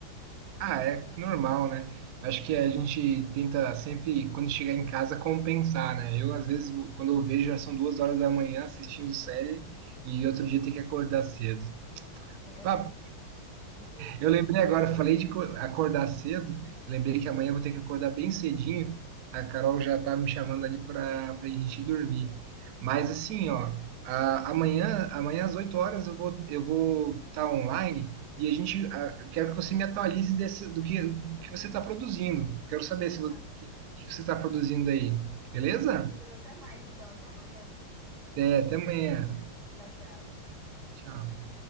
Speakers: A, on the right; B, on the right.
A: Ah, é normal, né? Acho que a gente tenta sempre, quando chegar em casa, compensar, né? Eu, às vezes, quando eu vejo, já são duas horas da manhã assistindo série e outro dia tem que acordar cedo.
B: É,
A: Papo
B: mas e- diz aí, pode
A: Eu lembrei
B: dizer.
A: agora, eu falei de co- acordar cedo. Eu lembrei que amanhã eu vou ter que acordar bem cedinho. A Carol já tá me chamando ali para a gente dormir. Mas assim, ó, a- amanhã, amanhã às 8 horas eu vou eu vou estar online e a gente a- eu quero que você me atualize desse, do que, que você está produzindo. Quero saber
B: Ah,
A: se o que, que você está produzindo aí, beleza?
B: ah, tranquilo. Até mais então. Até amanhã.
A: Até, até amanhã.
B: Tchau, tchau.
A: Tchau.